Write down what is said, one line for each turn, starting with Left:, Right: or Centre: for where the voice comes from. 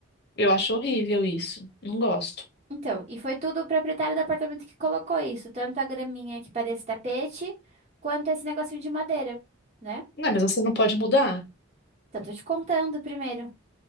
Left: Eu acho horrível isso. Não gosto.
Right: Então, e foi tudo o proprietário do apartamento que colocou isso, tanto a graminha que parece tapete, quanto esse negocinho de madeira, né?
Left: Não, mas você não pode mudar?
Right: Então, tô te contando primeiro.